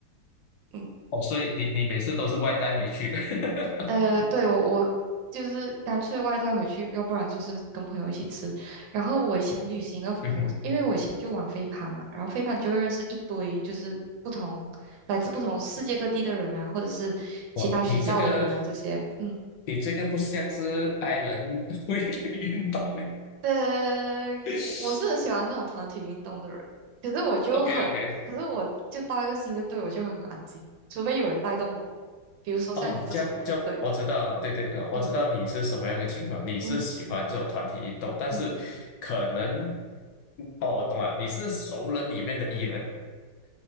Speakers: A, on the right (about 75°); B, on the left (about 70°).
A: 嗯。
B: 哦，所以你你每次都是外带回去，<laughs>
A: 呃，对，我我就是干脆外带回去，要不然就是跟朋友一起吃。然后我以前旅行的模，
B: 嗯哼，
A: 因为我以前就玩飞盘嘛，然后飞盘就会认识一堆就是不同来自不同世界各地的人啊，或者是其他学校的人啊这些。
B: 哇，你这个
A: 嗯，
B: 你这个不像是 i 人 <laughs> 会的运动呢
A: 对，
B: <laughs>
A: 我我是很喜欢这种团体运动的人，可是我就很，
B: o k o k <laughs>
A: 可是我就到一个新的队，我就会很安静，除非有人带动我，比如说像你这种人。
B: 哦，这样就我知道对对，
A: 对，
B: 呃，我知道你是什么样的情况，
A: 嗯
B: 你是喜欢这种团体运动，
A: 嗯
B: 但是可能，
A: 嗯。
B: 嗯哦，我懂了，
A: 我。
B: 你是熟人里面的 E 人，